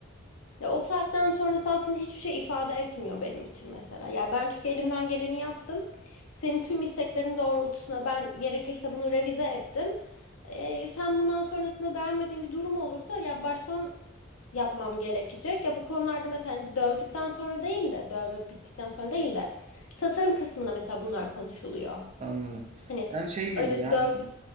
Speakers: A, on the left; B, on the right.
A: Ya o saatten sonrası aslında hiçbir şey ifade etmiyor benim için mesela. Ya ben çünkü elimden geleni yaptım. Senin tüm isteklerin doğrultusunda ben gerekirse bunu revize ettim. Ee, sen bundan sonrasında beğenmediğin bir durum olursa ya baştan yapmam gerekecek. Ya bu konularda mesela hani dövdükten sonra değil de dövme bittikten sonra değil de tasarım kısmında mesela bunlar konuşuluyor.
B: Anladım.
A: Hani
B: Yani şey gibi
A: öyle
B: yani
A: dövdükten